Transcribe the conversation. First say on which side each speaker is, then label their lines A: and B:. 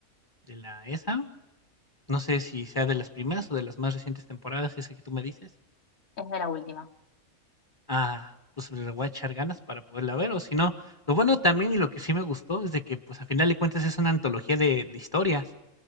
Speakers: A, on the left; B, on the left.
A: de la ESA No sé si sea de las primeras o de las más recientes temporadas, esa que tú me dices.
B: Es de la última.
A: Ah, pues le voy a echar ganas para poderla ver, o si no. Lo bueno también y lo que sí me gustó es de que, pues, a final de cuentas es una antología de, de historias.